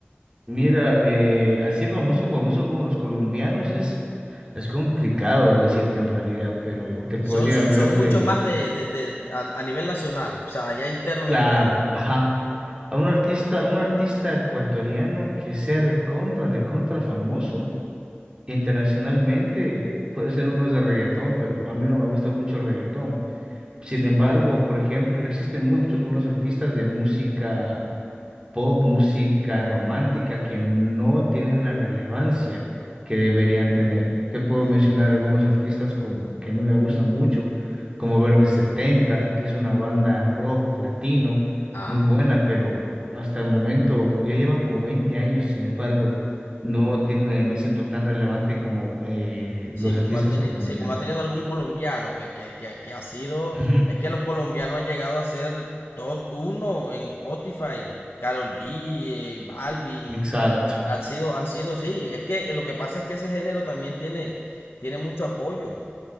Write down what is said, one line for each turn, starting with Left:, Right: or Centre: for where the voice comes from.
Right: Mira, eh, así famoso, famoso como los colombianos es, es complicado decirte en realidad, pero te podría
Left: Son, son,
Right: hablar
Left: son mucho
Right: de,
Left: más de, de- de- a, a nivel nacional, o sea, allá interno
Right: claro,
Left: en Ecuador.
Right: ajá, a un artista, un artista ecuatoriano que sea recontra, recontra famoso internacionalmente, puede ser uno de reggaetón, pero a mí no me gusta mucho el reggaetón. Sin
Left: Sí.
Right: embargo, por ejemplo, existen muchos buenos artistas de música pop, música romántica, que no tienen la relevancia que deberían tener. Te puedo
Left: Ujú.
Right: mencionar algunos artistas como, que a mí me gustan mucho, como Verde setenta que es una banda rock latino
Left: Ah.
Right: muy buena, pero hasta el momento ya llevan como 20 años, sin embargo, no tienen un éxito tan relevante como eh,
Left: Sí,
Right: los
Left: como
Right: artistas
Left: ha tenido,
Right: colombianos.
Left: sí, como ha tenido algún colombiano que, que, que, que ha sido,
Right: Ujú.
Left: es que los colombianos han llegado a ser top uno en Spotify, Karol G, eh, Balvin,
Right: Exacto.
Left: han sido, han sido, sí, es que eh, lo que pasa es que ese género también tiene, tiene mucho apoyo,